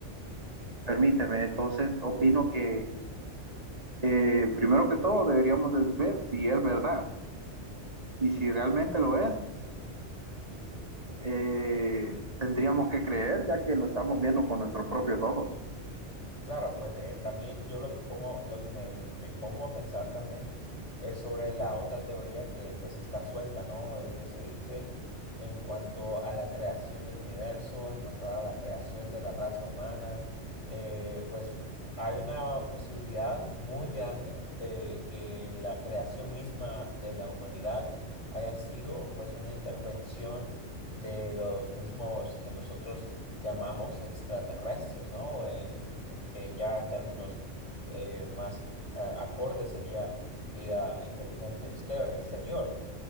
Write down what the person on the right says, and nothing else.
permíteme, entonces opino que eh, primero que todo deberíamos de ver si es verdad y si realmente lo es, eh, tendríamos que creer ya que lo estamos viendo con nuestros propios ojos.